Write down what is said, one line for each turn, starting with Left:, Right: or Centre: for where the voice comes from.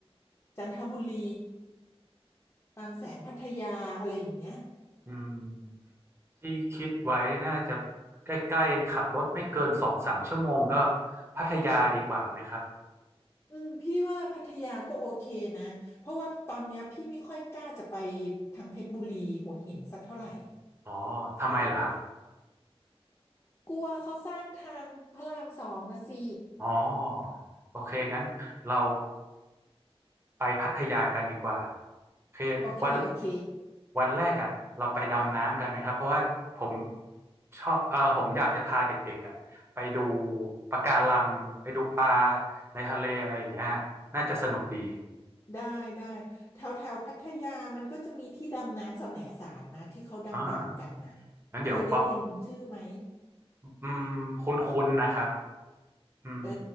Left: จันทบุรีบางแสนพัทยาอะไรอย่างเงี้ย
Right: อืมที่คิดไว้น่าจะใกล้ๆขับรถไม่เกินสองสามชั่วโมงก็พัทยาดีกว่าไหมครับ
Left: อืมพี่ว่าพัทยาก็โอเคนะเพราะว่าตอนเนี้ยพี่ไม่ค่อยกล้าจะไปทางเพชรบุรีหัวหินสักเท่าไหร่
Right: อ๋อทำไมเหรอครับ
Left: กลัวเขาสร้างทางพระรามสองนะสิ
Right: อ๋อโอเค งั้นเรา ไปพัทยากันดีกว่าโอเควัน
Left: โอเคโอเค
Right: วันแรกอ่ะเราไปดำน้ำกันไหมครับเพราะว่าผมชอบเออผมอยากจะพาเด็กๆอ่ะไปดูปะการังไปดูปลาในทะเลอะไรอย่างเงี้ยน่าจะสนุกดี
Left: ได้ได้แถวแถวพัทยามันก็จะมีที่ดำน้ำแสมสารนะที่เขาดังๆกันน่ะ
Right: อ่างั้นเดี๋ยวเปาะ
Left: เคยได้ยินชื่อไหม
Right: อืมคุ้นๆนะครับอืม
Left: เออ